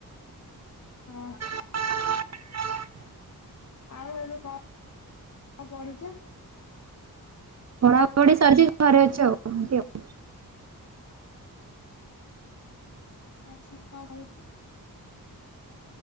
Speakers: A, on the left (about 50°); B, on the right (about 45°).
A: ହଁ।
B: <inaudible>
A: ଆଉ ଏବେ କଁ ଅ ପଢ଼ୁଛ?
B: ପଢ଼ା ପଢ଼ି ସରିଯାଇଛି ଘରେ ଅଛି ଆଉ ଏମିତି ଆଉ।
A: ଆଚ୍ଛା କଁ <inaudible>